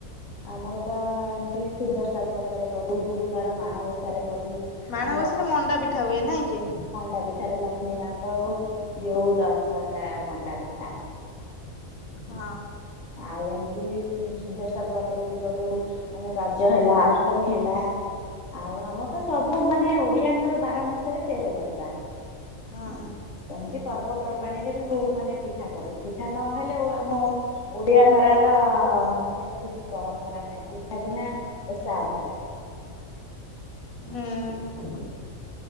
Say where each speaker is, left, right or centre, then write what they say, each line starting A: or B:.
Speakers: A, on the left; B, on the left.
A: ଆମର ତ ଏମ୍ତି ସୁଦର୍ଶା ବ୍ରତରେ କରୁ, ଗୁରୁବାର ମାଣବସାରେ କରୁ।
B: ମାଣବସାରେ
A: ଆମର
B: ମଣ୍ଡା ପିଠା ହୁଏ ନାଇଁ କି?
A: ମଣ୍ଡା ପିଠାରେ ଲକ୍ଷ୍ମୀ ମାଙ୍କ ଆଉ ଦେଉ ଦଶଟା ମଣ୍ଡା ପିଠା।
B: ହଁ।
A: ଆଉ ଏମ୍ତି ସୁ ସୁଦର୍ଶା ବ୍ରତରେ ବି କରୁ। ମାନେ ରଜ ହେଲା ଅଷ୍ଟମୀ ହେଲା। ଆଉ ଆମର ତ ସବୁ ମାନେ ଓଡିଆଙ୍କର ବାର ମାସରେ ତେର ଯାତ୍ରା।
B: ହଁ।
A: ହୁଁ ଏମ୍ତି ପର୍ବପର୍ବାଣିୀରେ ବି ଉ ମାନେ ପିଠା କରୁ, ପିଠା ନହେଲେ ଆମ ଓଡିଆ ଘରର ମାନେ କିଛି ପରମ୍ପରା ନାହିଁ, ପିଠା ବିନା ଓଷା ଅଧୁରା।
B: ହୁଁ।